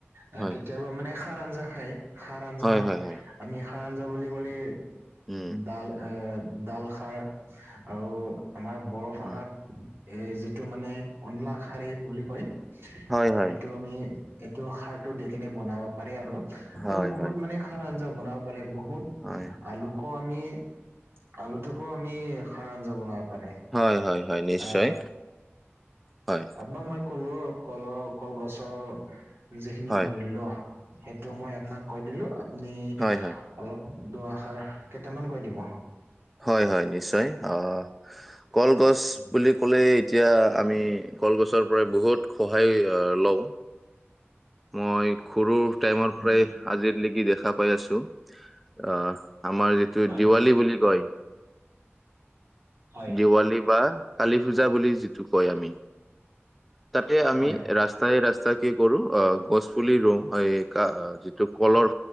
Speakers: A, on the right (about 60°); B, in the centre.
A: আ
B: হয়,
A: কেতিয়াবা মানে সাৰ আঞ্জা খাই সাৰ আঞ্জা
B: হয়, হয়, হয়,
A: আমি খাৰ আঞ্জা বুলি ক'লে
B: উম,
A: ডাল- ডাল খাৰ আৰু আমাৰ বড়ো ভাষাত
B: উম,
A: এই যিটো মানে অনলা শাৰী বুলি কয়।
B: হয়, হয়,
A: সেইটো আমি এইটো সাৰটো দি কেনে বনাব পাৰি আৰু।
B: হয়,
A: আৰু বহুত
B: হয়,
A: মানে খাৰ আঞ্জা বনাব পাৰে বহুত
B: হয়,
A: আলুকৰ আমি আলুটোকো আমি সাৰ আঞ্জা বনাব পাৰে,
B: হয়, হয়, হয়, নিশ্চয়,
A: আ
B: হয়,
A: আপোনাক মই ক'লো কলৰ কলগছৰ যিখিনি
B: হয়,
A: মূল্য সেইটো মই আপোনাক কৈ দিলো। আপুনি
B: হয়, হয়,
A: অলপ দুআষাৰ কেইটামান কৈ দিব।
B: হয়-হয় নিশ্চয়, অ' কলগছ
A: উম।
B: বুলি ক'লে এতিয়া আমি কলগছৰ পৰাই বহুত সহায় লওঁ। মই ঘৰু টাইমৰ
A: উম,
B: পৰাই আজিৰ লেগি দেখা পাই আছো আ' আমাৰ যিটো
A: হয়,
B: দিৱালী বুলি কয়।
A: হয়,
B: দেৱালী বা কালী পূজা বুলি যিটো কয় আমি। তাতে আমি
A: হয়,
B: ৰাস্তাই ৰাস্তাই কি কৰো অ, গছ পুলি ৰুওঁ এই ক যিটো কলৰ